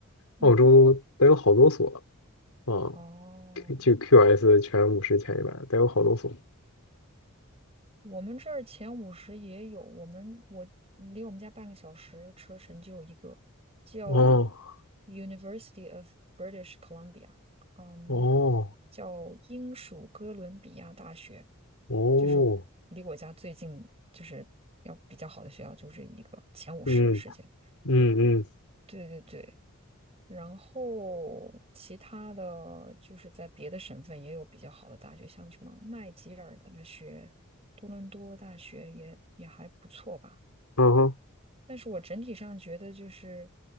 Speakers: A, on the right; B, on the left.
A: 嗯，
B: 澳洲得有好多所啊，
A: 哦，
B: 就 QS 前五十、前一百得有好多所。
A: 我们这儿前五十也有，我们我离我们家半个小时车程就有一个叫
B: 哦
A: University of British Columbia，嗯，
B: 哦
A: 叫英属哥伦比亚大学，
B: 哦，
A: 就是离我家最近，就是要比较好的学校，就是一个前五十世界。
B: 嗯嗯嗯，
A: 对对对，然后其他的就是在别的省份也有比较好的大学，像什么麦吉尔大学、多伦多大学也也还不错吧。
B: 嗯哼
A: 但是我整体上觉得就是，